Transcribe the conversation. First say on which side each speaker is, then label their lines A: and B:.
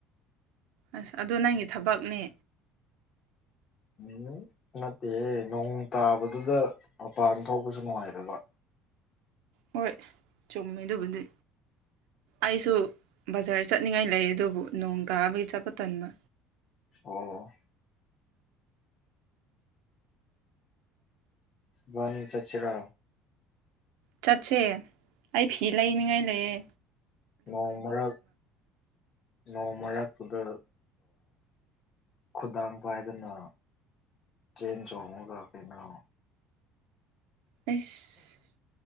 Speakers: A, on the right; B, on the left.
A: ꯑꯁ ꯑꯗꯣ ꯅꯪꯒꯤ ꯊꯕꯛꯅꯦ
B: ꯎꯝ ꯅꯠꯇꯦ ꯅꯣꯡ ꯇꯥꯕꯗꯨꯗ ꯃꯄꯥꯟ ꯊꯣꯛꯄꯁꯨ ꯅꯨꯡꯉꯥꯏꯗꯕ
A: ꯍꯣꯏ ꯆꯨꯝꯃꯦ ꯑꯗꯨꯕꯨꯗꯤ ꯑꯩꯁꯨ ꯕꯖꯥꯔ ꯆꯠꯅꯤꯡꯉꯥꯏ ꯂꯩ ꯑꯗꯨꯕꯨ ꯅꯣꯡ ꯀꯥꯕꯒꯤ ꯆꯠꯄ ꯇꯟꯕ
B: ꯑꯣ ꯋꯥꯅꯤ ꯆꯆꯔꯥ
A: ꯆꯠꯁꯦ ꯑꯩ ꯐꯤ ꯂꯩꯅꯤꯉꯥꯏ ꯂꯩꯑꯦ
B: ꯃꯣꯡ ꯃꯔꯔ ꯅꯣꯡ ꯃꯔꯛꯇꯨꯗ ꯈꯨꯗꯥꯡ ꯄꯥꯏꯗꯅ ꯆꯦꯟꯖ ꯍꯒ ꯀꯩꯅꯩꯅ
A: ꯑꯩꯁ